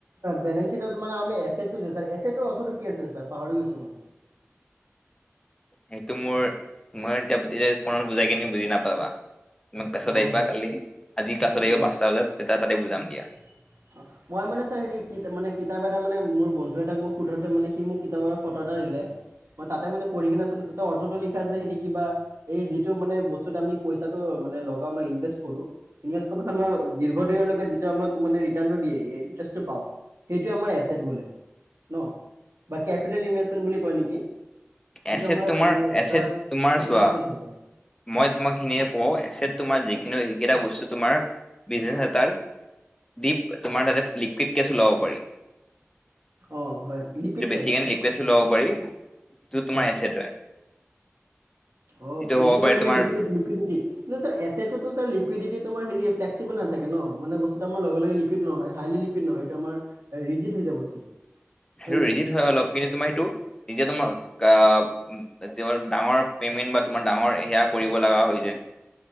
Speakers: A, on the right; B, on the left.
A: বেলেঞ্চ শিটত তো মানে আমি এছেতটোৰ যে ছাৰ, এছেটৰ অৰ্থটো কি আছিলে ছাৰ পাহৰি গৈছোঁ মই।
B: সেইটো মোৰ মই এতিয়া, এতিয়া ফোনত বুজাই কিনি বুজি নাপাবা। তোমাৰ ক্লাছত
A: অ
B: আহিবা
A: হয়
B: কালি, আজি ক্লাছত
A: উম
B: আহিবা পাঁচটা বজাত তেতিয়া তাতে বুজাম দিয়া।
A: <unintelligible> মই মানে ছাৰ হেৰি, কি কিতাপ এটা মানে মোৰ বন্ধু এটাক মই সোধোতে মানে সি মোক কিতাপ আৰু ফটো এটা দিলে। মই তাতে মানে পঢ়ি কিনে আছিলোঁ টো, অৰ্থটো লিখা হেৰি কিবা, এই যিটো মানে বস্তুত আমি পইচাটো মানে লগাও ন, ইনভেষ্ট কৰোঁ। ইনভেষ্ট কৰাৰ পাছত মানে দীৰ্ঘদিনলৈ যিটো আমাক মানে ৰিটাৰ্ণটো দিয়ে, ইণ্টাৰেষ্টটো পাওঁ। সেইটোৱে আমাৰ এছেট বোলে ন, বাকী কেপিটেল ইনভেষ্টমেণ্ট বুলি কয় নেকি! সেইটো
B: এছেট
A: আমাৰ
B: তোমাৰ
A: মানে
B: এছেট
A: এটা
B: তোমাৰ
A: বস্তু
B: চোৱা
A: কাৰণে এছেট হ'ব।
B: মই তোমাক এইখিনিয়ে কওঁ এছেট তোমাৰ যিখিনি হয় সেইকেইটা বস্তু। তোমাৰ বিজনেছ এটাৰ, দিপ তোমাৰ তাতে লিকুইড কেছও ল'ব পাৰি।
A: অ', হয়
B: সেইটো
A: লিকুইড
B: বেছিকে
A: কেছ, অ', আচ্ছা
B: লিকুইড
A: আচ্ছা।
B: ওলাব পাৰি সেইটো তোমাৰ
A: হয় ছাৰ।
B: এছেট
A: অ',
B: সেইটো
A: বেছিকৈ
B: হ'ব পাৰে
A: মানে
B: তোমাৰ
A: লিকুইত লিকুইত নেকি? নাই ছাৰ এছেডটোতো ছাৰ লিকুইডিটি তোমাৰ হেৰি প্লেক্সচিভিল নাথাকে ন। মানে বস্তুটো আমাৰ লগে লগে লিকুইত নহয়। হাইলি লিকুইড নহয়, এইটো আমাৰ ৰিজিত হৈ যাব বস্তুটো। হয়নে
B: সেইটো ৰিজিত হয়, অলপ পিছত তোমাৰ সেইটো ৰিজীত তোমাক আ যিমান ডাঙৰ পেমেন্ট বা তোমাৰ ডাঙৰ সেয়া কৰিব লগা হয় যে।